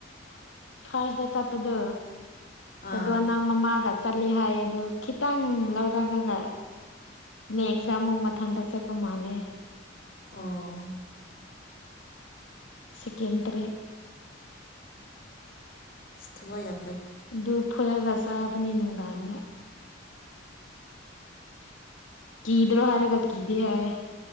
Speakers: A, on the left; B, on the left.
A: ꯐꯥꯔꯁꯗ ꯆꯠꯞꯗꯨ
B: ꯑꯥ
A: ꯇꯗꯨ ꯋꯥ ꯅꯪ ꯃꯃꯒ ꯆꯠꯂꯤ ꯍꯥꯏ ꯑꯗ ꯈꯤꯇꯪ ꯂꯧꯔꯒꯒ ꯅꯦꯛꯁꯗ ꯑꯃꯨꯛ ꯃꯊꯟꯇ ꯆꯠꯄ ꯃꯥꯜꯂꯦ
B: ꯑꯣ
A: ꯁꯦꯀꯦꯟꯗꯔꯤ
B: ꯁꯊꯋꯌ
A: ꯗꯨꯞ ꯐꯂꯒꯥꯁ ꯅꯤꯅꯗꯥꯉ ꯀ ꯏꯗꯔꯣ ꯍꯥꯏꯔ ꯀꯀꯤꯗꯤ ꯍꯥꯏꯌꯦ